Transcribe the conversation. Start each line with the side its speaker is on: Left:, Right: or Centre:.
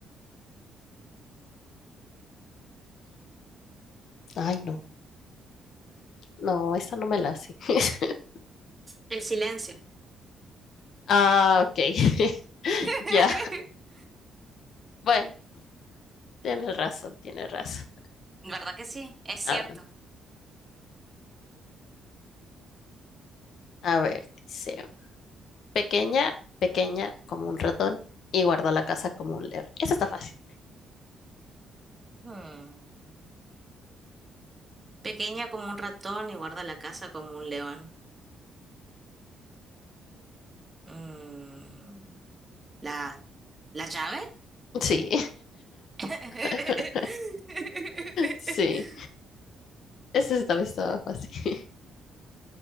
Left: ay, no. No, esa no me la hace. <laughs>
Right: El silencio.
Left: Ah, ok. <laughs>
Right: <laughs>
Left: Ya. Bueno, tienes razón, tienes razón.
Right: ¿Verdad que sí? Es cierto.
Left: A ver, a ver, dice. Pequeña, pequeña como un ratón y guarda la casa como un león. Esa está fácil.
Right: Hmm. Pequeña como un ratón y guarda la casa como un león. Mm, ¿la, la llave?
Left: Sí.
Right: <laughs>
Left: <laughs> Sí. Esa sí también estaba fácil. <laughs>